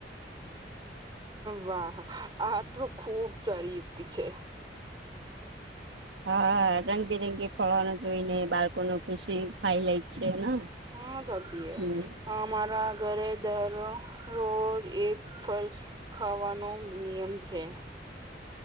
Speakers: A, on the right (about 25°); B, on the right (about 85°).
A: વાહ આ તો ખુબ સારી યુક્તિ છે
B: હા રંગબેરંગી ફળવાનો જોઈને બાળકોનુ ખુશી ખાઈ લે છે ને
A: હા સાચી હ
B: હમ
A: અમારાા ઘરે દરરોજ એક ફળ ખાવાનો નિયમ છે